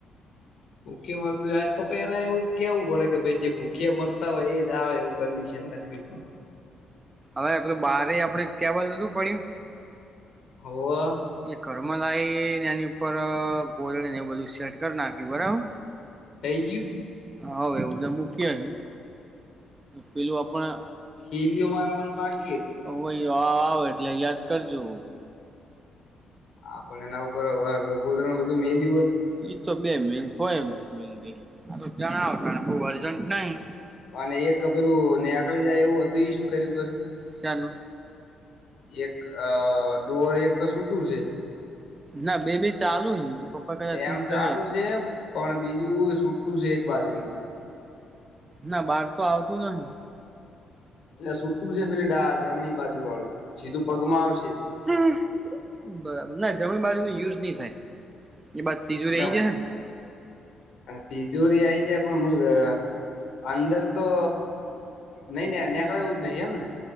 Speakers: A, on the left (about 65°); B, on the right (about 25°).
A: ભૂખે મરતું જાય તો પઈ એને એવું કેવું પડે કે ભાઈ જે ભૂખે મરતા હોય એ જાવ એવું. કંડિશન
B: હમ
A: લખવી પડે
B: હવે પેલું બારે આપડે કેબલ નતું પડ્યું.
A: હોવ
B: એ ઘરમાં લાઈને એની ઉપર ગોદડે ને એવું બધું સેટ કરી નાખ્યું બરાબર.
A: થઈ ગયું?
B: હોવ એ બધા મૂકી આઈ પેલું આપણે
A: હીલીયો મારવાનું બાક
B: હોવ આ આવે એટલે યાદ કરજો.
A: હા પણ એના ઉપર હવે હવે ગોદરાને બધું મેલી
B: ઈ તો બે મિનિટ હોય એમ મેલદી હા તો જણાવો તાણે બહુ અર્જન્ટ નહી.
A: અને એક પેલું ને અકળી જાય એવું હતું ઈ શું કર્યું પછી?
B: શાનું
A: એક અ અ ડોઅર એક તો સૂટું સે.
B: ના બે બે ચાલુ હે પપ્પા કદાચ ફીટ
A: એમ
B: કર્યા
A: ચાલુ
B: હશે.
A: છે પણ બીજું સુટું સે એક બાજુનું.
B: ના બહાર તો આવતું નહી.
A: એટલે સુટું સે પેલી ડા જમણી બાજુ વાળું સીધું પગમાં આવશે.
B: હમ બરાબર ના જમણી બાજુ ની યુઝ ની થાય. એ બાદ ત્રીજું
A: એટલે
B: રહી
A: આમ
B: જશે ને
A: અને તિજુરી આઈ જાય. <inaudible> અંદર તો નહી ને નેકળે એવું જ નહીં એમને?